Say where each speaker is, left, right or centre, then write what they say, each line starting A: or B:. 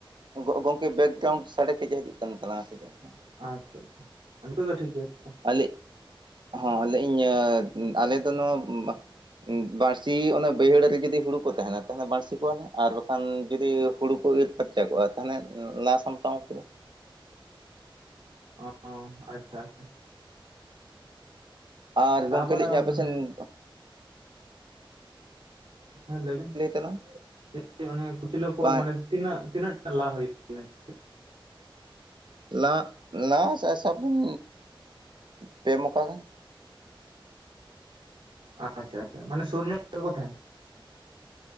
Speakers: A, on the right; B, on the right.
A: ᱜᱚᱜ ᱜᱚᱝᱠᱮ ᱵᱮᱠᱜᱨᱟᱣᱩᱱᱰ ᱥᱟᱰᱮ ᱠᱟᱹᱡ ᱦᱤᱡᱩᱜ ᱠᱟᱱ ᱛᱟᱞᱟᱝᱟ ᱥᱮᱪᱮᱫ
B: ᱟᱪᱪᱷᱟ ᱟᱪᱪᱷᱟ <unintelligible> ᱟᱨ ᱱᱤᱛᱚᱜ ᱫᱚ ᱴᱷᱤᱠ ᱜᱮᱭᱟ ᱛᱚ ᱾
A: ᱟᱞᱤ <unintelligible> ᱦᱚᱸ ᱞᱟᱸᱭ ᱤᱧ ᱟᱞᱮ ᱫᱚ ᱱᱚᱣᱟ ᱵᱟᱹ ᱵᱟᱹᱲᱥᱤ ᱚᱱᱟ ᱵᱟᱹᱭᱦᱟᱹᱲ ᱨᱮ ᱡᱩᱫᱤ ᱦᱩᱲᱩ ᱠᱚ ᱛᱟᱦᱮᱱᱟ ᱛᱟᱦᱚᱞᱮ ᱵᱟᱹᱲᱥᱤ ᱠᱚᱣᱟᱞᱮ ᱟᱨ ᱵᱟᱠᱷᱟᱱ ᱡᱩᱫᱤ ᱦᱩᱲᱩ ᱠᱚ ᱤᱨᱻ ᱯᱷᱟᱨᱪᱟ ᱠᱚᱜᱼᱟ ᱛᱟᱦᱞᱮ ᱞᱟ ᱥᱟᱢᱴᱟᱣ ᱠᱮᱫᱟ
B: ᱚᱸ <unintelligible> ᱟᱪᱪᱷᱟ ᱟᱪᱪᱷᱟ
A: ᱟᱨ ᱜᱚᱝᱠᱮ
B: ᱞᱟ ᱵᱟᱲᱟ
A: ᱞᱟᱹᱭᱤᱧ
B: ᱢᱟᱱᱮ
A: ᱟᱯᱮ ᱥᱮᱱ <unintelligible>
B: ᱦᱮᱸ ᱞᱟᱹᱭ ᱵᱤᱱ
A: ᱛᱟᱞᱟᱝ
B: <unintelligible> ᱚᱱᱮ ᱠᱩᱪᱞᱟᱹ ᱠᱚ
A: ᱵᱟᱝ
B: ᱢᱟᱱᱮ ᱛᱤᱱᱟᱹᱜ ᱛᱤᱱᱟᱹᱜ ᱴᱟ ᱞᱟ ᱦᱩᱭᱩᱜᱼᱟ <unintelligible>
A: ᱞᱟᱜ ᱞᱟ ᱥᱮ ᱥᱟᱵᱩᱱ ᱯᱮ ᱢᱚᱠᱟ ᱜᱟᱱ᱾
B: ᱟᱪᱪᱷᱟ ᱟᱪᱪᱷᱟ ᱢᱟᱱᱮ ᱥᱩᱨ ᱧᱚᱜ <unintelligible> ᱠᱚ ᱛᱟᱦᱮᱱ᱾